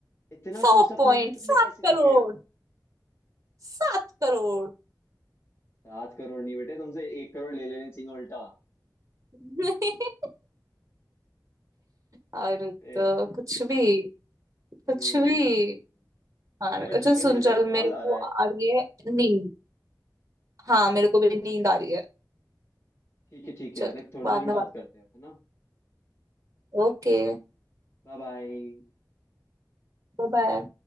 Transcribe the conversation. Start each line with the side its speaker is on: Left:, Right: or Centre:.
Left: इतना
Right: सौ
Left: कष्ट अपने
Right: पॉइंट
Left: लिए तुमने
Right: सात
Left: कैसे
Right: करोड़
Left: कर लिया
Right: सात करोड़
Left: सात करोड़ नहीं बेटे तुमसे एक करोड़ ले लेने चाहिए उल्टा
Right: <laughs> और तो
Left: ए यार
Right: कुछ भी
Left: हम्म
Right: कुछ भी
Left: हम्म, हम्म, हम्म।
Right: हाँ
Left: चलो
Right: ना,
Left: यार
Right: अच्छा
Left: ठीक है
Right: सुन
Left: ना यार
Right: चल
Left: एक कॉल
Right: मेरे
Left: आ
Right: को
Left: रहा है
Right: आ रही है नींद हाँ मेरे को भी नींद
Left: ओह
Right: आ रही है
Left: ठीक है ठीक
Right: चल
Left: है यार एक थोड़ी
Right: बाद
Left: देर में
Right: में
Left: बात
Right: बात
Left: करते हैं है ना
Right: Okay bye
Left: Bye bye
Right: बाय